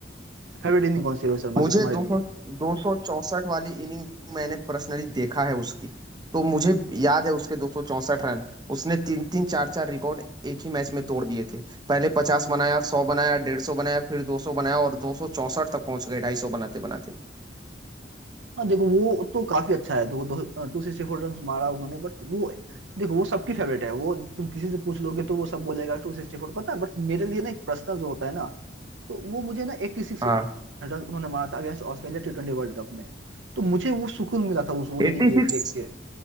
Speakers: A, on the right (about 80°); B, on the right (about 25°).
A: फेवरेट इनिंग कौन सी है रोहित शर्मा
B: मुझे
A: की तुम्हारे
B: दो
A: लिए
B: सौ दो सौ चौसठ वाली इनिंग मैंने पर्सनली देखा है उसकी तो मुझे याद है उसके दो सौ चौसठ रन उसने तीन तीन चार चार रिकॉर्ड एक ही मैच में तोड़ दिए थे पहले पचास बनाया सौ बनाया डेढ़ सौ बनाया फिर दो सौ बनाया और दो सौ चौसठ तक पहुंच गए ढाई सौ बनाते बनाते
A: हाँ देखो वो तो काफी अच्छा है देखो दो टू सिक्सटी फोर रन मारा उन्होंने बट वो देखो वो सबकी फेवरेट है वो तुम किसी से पूछ लोगे तो वो सब बोलेगा टू सिक्सटी फोर पता है बट मेरे लिए ना एक पर्सनल जो होता है ना तो वो मुझे ना एट्टी सिक्स
B: हाँ
A: रन उन्होंने मारा था against Australia T twenty world cup में तो मुझे वो सुकून मिला था उस वो इनिंग
B: एटी सिक्स
A: देख देख के